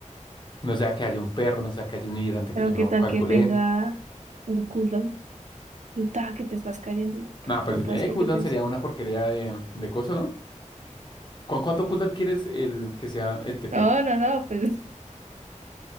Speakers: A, on the left; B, on the right.
A: No sea que haya un perro, no sea que haya un hidrante
B: Pero
A: que yo no
B: qué tal
A: calculé.
B: que tenga un cooldown. Tú ta, que te estás cayendo y pff,
A: No, pero
B: no
A: si
B: puedes
A: tiene
B: porque
A: cooldown
B: tienes.
A: sería una porquería de, de coso, ¿no? ¿Con cuánto cooldown quieres el que sea el TP?
B: No, no, no, pues,